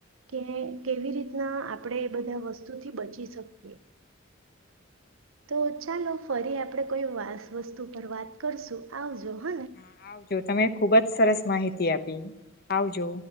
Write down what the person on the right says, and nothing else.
કે કેવી રીતના આપણે એ બધા વસ્તુથી બચી શકીએ તો ચાલો ફરી આપણે કોઈ વસ્તુ પર વાત કરશું આવજો હ